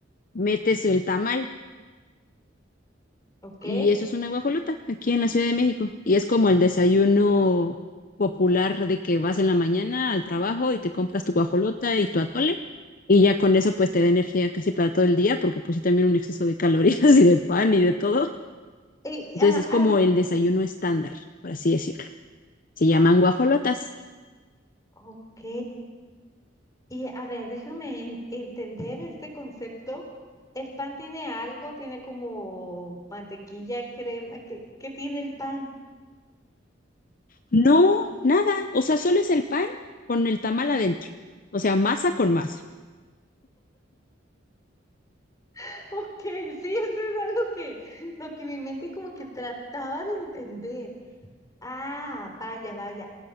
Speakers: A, on the left; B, on the left.
A: metes el tamal
B: ¿Ok?
A: y eso es una guajolota aquí en la Ciudad de México. Y es como el desayuno popular de que vas en la mañana al trabajo y te compras tu guajolota y tu atole. Y ya con eso pues te da energía casi para todo el día, porque pues sí también un exceso de calorías <laughs> y de pan y de todo.
B: Y,
A: Entonces
B: ah,
A: es
B: ah,
A: como el desayuno estándar, por así decirlo. Se llaman guajolotas.
B: ok. Y a ver, déjame en- entender este concepto. ¿El pan tiene algo? ¿Tiene como mantequilla, crema? ¿Qué, qué tiene el pan?
A: No, nada. O sea, solo es el pan con el tamal adentro. O sea, masa con masa.
B: <laughs> Ok, sí, eso era lo que, lo que mi mente como que trataba de entender. Ah, vaya, vaya.